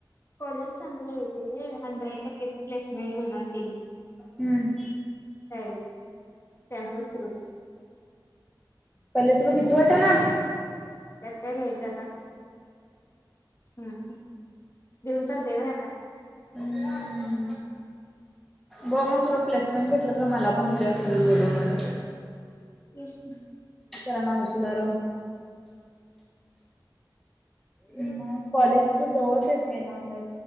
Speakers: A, on the left; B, in the centre.
A: कॉलेज चागलं आहेे घे हंड्रेड टक्के प्लेसमेंट घेणार त्यांनी.
B: हम.
A: Direct campus थ्रूच.
B: पल्ले तुला भीती वाटना.
A: त्यात काय भ्यायच आता हम. भिऊन चालतय व्हय आता.
B: हम बघ मग तुला प्लेसमेंट भेटलं तर मला पण तुझ्यासोबत बोलव म्हणस
A: तेच की
B: सराना वशिला लाव. म कॉलेज तिथं जवळच आहेत. काय लांब आहेत.